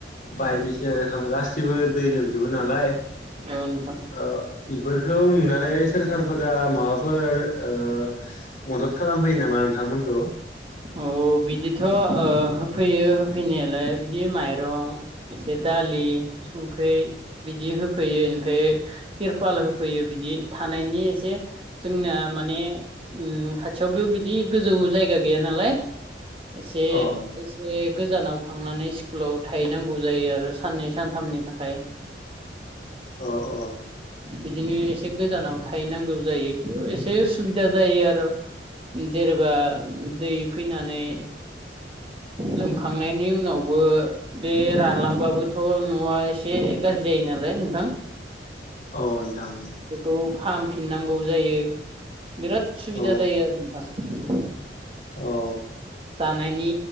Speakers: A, on the left; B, on the right.
A: बायदिसिना रोखोम गासिबो दै लोमजोबो नालाय ओ
B: औ औ नोंथां
A: बेफोरखौ नुनानै सोरखारफोरा माबाफोर ओ मदद खालामफैयो नामा नोंथांमोनखौ
B: अ बिदिथ' होफैयो होफैनायालाय बिदि माइरं एसे दालि संख्रि बिदि होफैयो ओनिफ्राय तिरपाल होफैयो बिदि थानायनि एसे जोंना माने खाथियावबो बिदि गोजौ जायगा गैया नालाय एसे
A: अ
B: एसे गोजानाव थांनानै स्कुलाव थाहैनांगौ जायो आरो साननै सानथामनि थाखाय
A: अ अ
B: बिदिनो एसे गोजानाव थाहैनांगौ जायो एसे उसुबिदा जायो आरो जेनेबा दै फैनानै लोमखांनायनि उनावबो बे रानलांबाबोथ' न'आ एसे गाज्रि जायो नालाय नोंथां।
A: अ नोंथां।
B: बेखौ फाहामफिननांगौ जायो बिराद उसुबिदा
A: औ
B: जायो आरो नोंथां।
A: औ
B: जानायनि